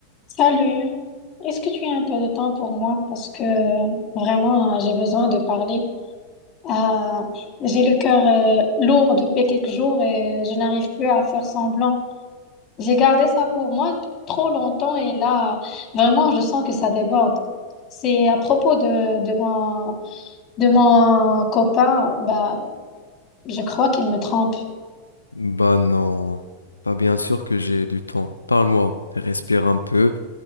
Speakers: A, on the left; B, on the left.
A: Salut, est-ce que tu as un peu de temps pour moi? Parce que vraiment, euh, j'ai besoin de parler. Euh, j'ai le cœur euh, lourd depuis quelques jours et je n'arrive plus à faire semblant. J'ai gardé ça pour moi trop longtemps et là, vraiment, je sens que ça déborde. C'est à propos de, de mon, de mon copain, bah, je crois qu'il me trompe.
B: Bah non, bah bien sûr que j'ai du temps. Parle-moi, respire un peu.